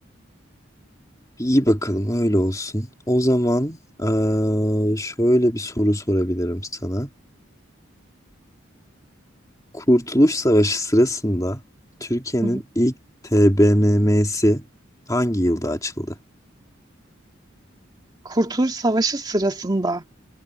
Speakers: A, on the left; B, on the right.
A: İyi bakalım öyle olsun. O zaman eee, şöyle bir soru sorabilirim sana. Kurtuluş Savaşı sırasında Türkiye'nin
B: Hı hı.
A: ilk TBMM'si hangi yılda açıldı?
B: Kurtuluş Savaşı sırasında